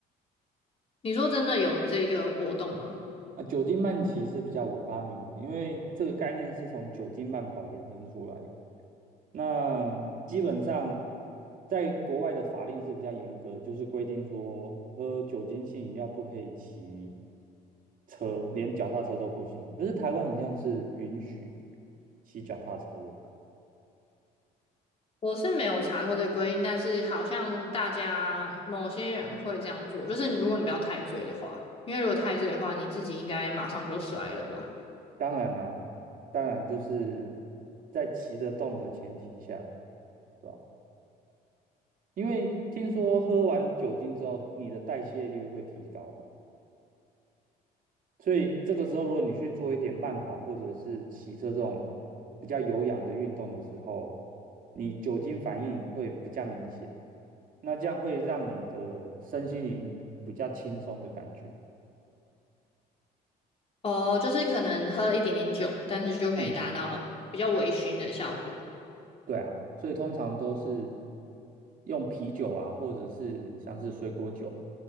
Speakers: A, on the left (about 35°); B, on the right (about 55°).
A: 你说真的有这个活动吗？
B: 啊，酒精慢骑是比较我发明的，因为这个概念是从酒精慢跑延伸出来的那基本上在国外的法令是比较严格，就是规定说喝酒精性饮料不可以骑车，连脚踏车都不行。可是台湾很像是允许骑脚踏车的。
A: 我是没有查过这个规定，但是好像大家某些人会这样做，就是如果你不要太醉的话，因为如果太醉的话，你自己应该马上就摔了吧？
B: 当然啦，当然就是在骑得动的前提下，对吧？因为听说喝完酒精之后，你的代谢率会提高，所以这个时候如果你去做一点慢跑或者是骑车这种比较有氧的运动的时候，你酒精反应会比较明显，那这样会让你的身心灵比较轻松的感觉。
A: 哦，就是可能喝了一点点酒，但是就可以达到比较微醺的效果。
B: 嗯。对啊，所以通常都是用啤酒啊，或者是像是水果酒，